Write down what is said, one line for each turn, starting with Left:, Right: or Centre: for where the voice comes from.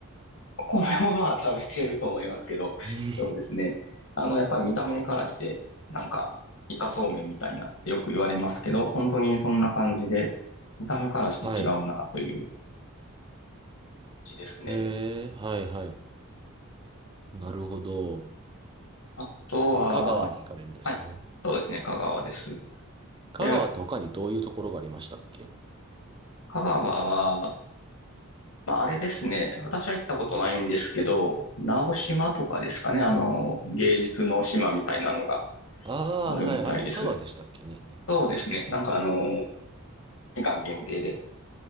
Left: お米もまあ食べてると思いますけど、
Right: <laughs> うん
Left: そうですね。あの、やっぱり見た目からして、なんか、イカそうめんみたいなってよく言われますけど、本当にそんな感じで、見た目からして違うなという感
Right: はい。
Left: じですね。
Right: えー、はいはい。なるほど。
Left: あとは、
Right: えー、香川に行かれるんですね。
Left: はい、そうですね、香川です。
Right: 香川って他にどういうところがありましたっけ
Left: で、香川は、まああれですね、私は行ったことないんですけど、直島とかですかね、あの、芸術の島みたいなのが
Right: ああー、
Left: あるみたいです。
Right: はい。あれも香川でしたっけね。
Left: そうですね、なんかあの、期間限定で、